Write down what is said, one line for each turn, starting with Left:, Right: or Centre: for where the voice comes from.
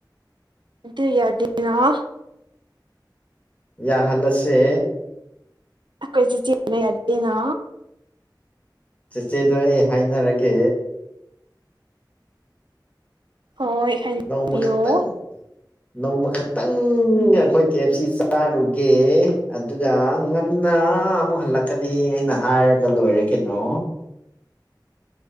Right: ꯑꯩ ꯌꯥꯗ‌ꯦꯅꯍ
Left: ꯌꯥꯍꯜꯂꯁꯦ
Right: ꯑꯩꯈꯣꯏꯁꯤ ꯆꯤꯅ ꯌꯥꯗꯗꯤ ꯅ
Left: ꯆꯦꯆꯦꯗꯣ ꯑꯩ ꯍꯥꯏꯅꯔꯒꯦ
Right: ꯍꯣꯏ꯫ ꯍꯥꯏꯕꯤꯌꯣ
Left: ꯅꯣꯡꯃ ꯈꯛꯇꯪ
Right: <inaudible>
Left: ꯅꯣꯡꯃ ꯈꯛꯇꯪ ꯑꯩꯈꯣꯏ ꯀꯦ ꯑꯦꯞ ꯁꯤ ꯆꯥꯔꯨꯒꯦ ꯑꯗꯨꯒ ꯉꯟꯅ ꯑꯃꯨꯛ ꯍꯜꯂꯛꯀꯅꯤ ꯑꯩꯅ ꯍꯥꯏꯔꯒ ꯂꯣꯏꯔꯦ ꯀꯩꯅꯣ